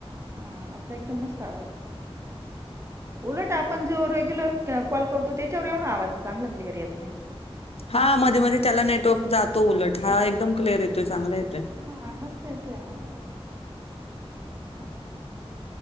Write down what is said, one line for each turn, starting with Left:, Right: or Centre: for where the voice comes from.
Right: आ आपला एकदम मस्त आवाज उलट आपण जो रेग्युलर कॉल करतो. त्याच्यावर एवढा आवाज चांगला क्लिअर येत नायं.
Left: हा मध्ये मध्ये त्याला नेटवर्क जातो उलट, हा
Right: नाही
Left: एकदम क्लिअर येतोय चांगला येतोय.
Right: हा, मस्त येतोय हा असं